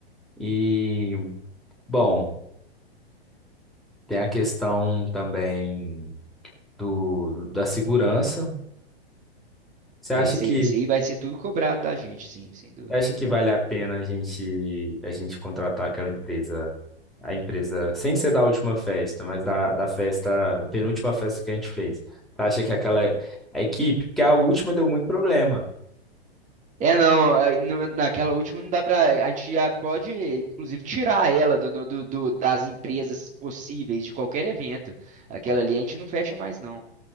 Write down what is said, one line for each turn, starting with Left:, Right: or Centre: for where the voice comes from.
Centre: E, bom. Tem a questão também do, da segurança. Você
Right: É,
Centre: acha
Right: isso
Centre: que
Right: aí, isso aí vai ser tudo cobrado da gente, sim, sem dúvida.
Centre: você acha que
Right: É.
Centre: vale a pena a gente a gente contratar aquela empresa, a empresa sem ser da última festa, mas da, da festa, da penúltima festa que a gente fez? Você acha que aquela a equipe, porque a última deu muito problema.
Right: É, não, aí no- naquela última não dá pra. A gente já pode, inclusive, tirar ela do, no- do, do- das empresas possíveis de qualquer evento. Aquela ali a gente não fecha mais, não.